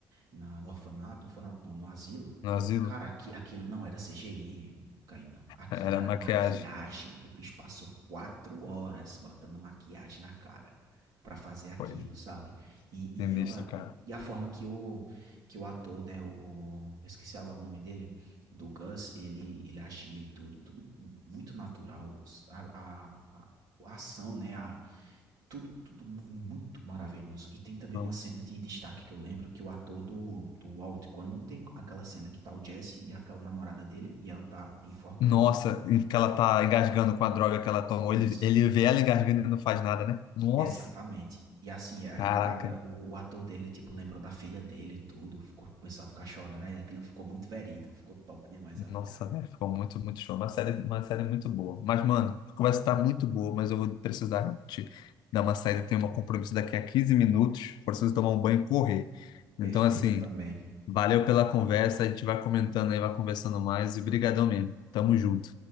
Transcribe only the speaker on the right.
na no orfanato, no orfanato não, no asilo,
cara, aqui, aquilo não era CGI, Kainan, aquilo
era
maquiagem, o bicho passou quatro horas botando maquiagem na cara pra fazer aquilo,
sabe? E, e,
eu-
e, e a forma que o, que o ator, né, o, eu esqueci agora o nome dele, do Gus, ele, ele agia e tudo, tudo muito natural, a, a, a a ação, né, a, tudo, tudo mu- muito maravilhoso. E tem também
uma cena de destaque que eu lembro, que o ator do, do Walt, quando não tem aquela cena que tá o Jesse e aquela namorada dele, e ela tá enforcando.
Isso,
exatamente. E assim, aí
o cara, o, o ator dele, tipo, lembrou da filha dele e tudo, ficou- começou a ficar chorando, aí aquilo ficou muito verídico, ficou top demais ali,
cara.
Perfeito,
eu também.